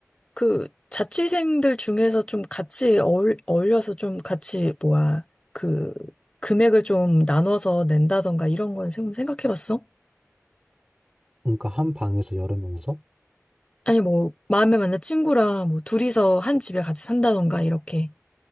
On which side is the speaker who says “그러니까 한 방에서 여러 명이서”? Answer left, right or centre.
Right